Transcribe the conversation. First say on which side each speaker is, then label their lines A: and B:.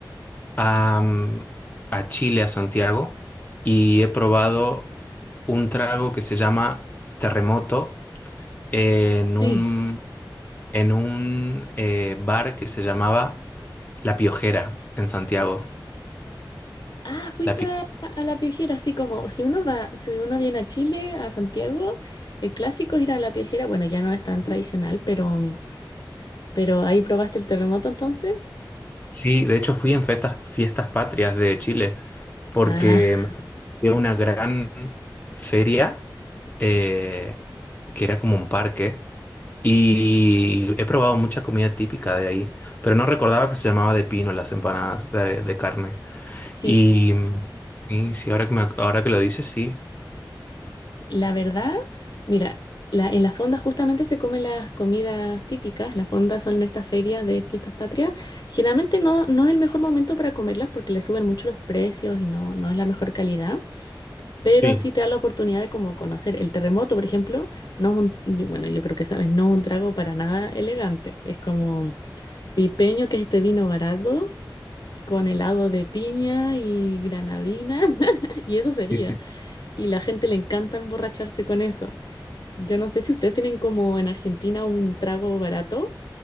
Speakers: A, on the left; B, on the left.
A: a, mm, a Chile, a Santiago, y he probado un trago que se llama Terremoto en
B: Sí.
A: un, en un eh, bar que se llamaba La Piojera en Santiago.
B: Ah, fuiste
A: La Pio-
B: a, a la Piojera, así como si uno va, si uno viene a Chile, a Santiago, el clásico es ir a la Piojera, bueno, ya no es tan tradicional, pero, mm, pero ahí probaste el terremoto entonces.
A: Sí, de hecho fui en fiestas, fiestas patrias de Chile, porque
B: Ah, <laughs>
A: me fui a una gran feria eh, que era como un parque. Y he probado mucha comida típica de ahí, pero no recordaba que se llamaba de pino las empanadas de, de carne.
B: sí,
A: Y mm, sí, sí, ahora que me ac- ahora que lo dices, sí.
B: la verdad, mira, la, en la fonda justamente se comen las comidas típicas, las fondas son estas ferias de fiestas patrias, generalmente no, no es el mejor momento para comerlas porque le suben mucho los precios y no, no es la mejor calidad. pero
A: Sí.
B: sí te da la oportunidad de como conocer. El terremoto, por ejemplo, no es un, y bueno, yo creo que sabes, no es un trago para nada elegante. Es como pipeño, que es este vino barato, con helado de piña y granadina, <laughs> y eso sería.
A: Sí, sí.
B: Y la gente le encanta emborracharse con eso. Yo no sé si ustedes tienen como en Argentina un trago barato,